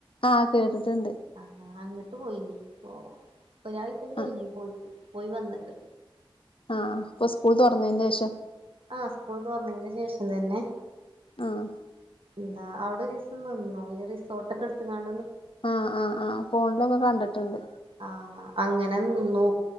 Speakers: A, on the left (about 75°); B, on the right (about 80°).
A: ആഹ് കേട്ടിട്ട്ണ്ട്.
B: ആ അങ്ങിട്ട് പോയിന് പ്പൊ ഒരാഴ്ച കഴിഞ്ഞു
A: ആഹ്
B: പോയിട്ട് പോയി വന്നിട്ട്.
A: ആഹ് ഇപ്പൊ സ്കൂൾ തുറന്നതിന്റെ ശേഷം.
B: ആഹ് സ്കൂൾ തോറന്നതിന്റെ ശേഷം തന്നെ.
A: ആഹ്.
B: എന്താ അവിടെ രീസം ന്നിന്നോ ഈ റിസോർട്ടക്കെ എടുത്ങാണ്ട്
A: ആഹ് ആഹ് ആഹ് ഫോണിലൊക്കെ കണ്ടിട്ട്ണ്ട്.
B: ആ അങ്ങനെ നിന്നു